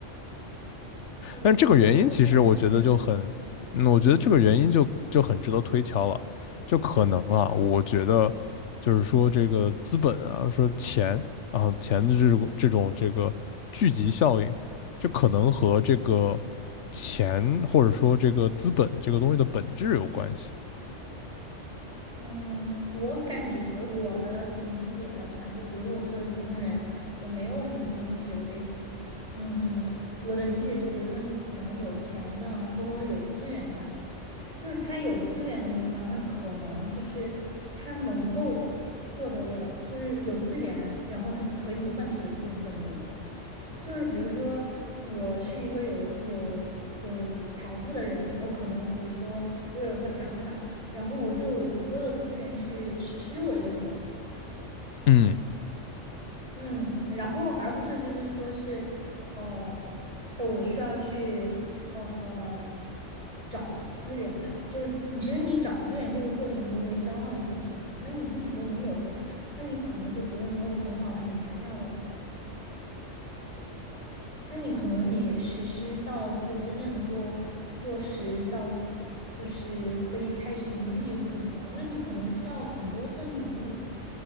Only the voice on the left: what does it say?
但是这个原因其实我觉得就很，嗯，我觉得这个原因就就很值得推敲了。
就可能啊，我觉得就是说这个资本啊，说钱啊，钱的这种这种这个聚集效应，就可能和这个钱或者说这个资本这个东西的本质有关系。
嗯